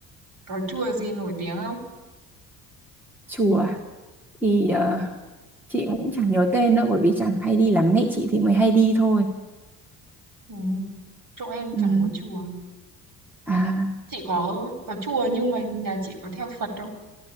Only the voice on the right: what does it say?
Có chùa gì nổi tiếng không
ừ. Chỗ em
chẳng có chùa
Chị có có chùa nhưng mà nhà chị có theo Phật không?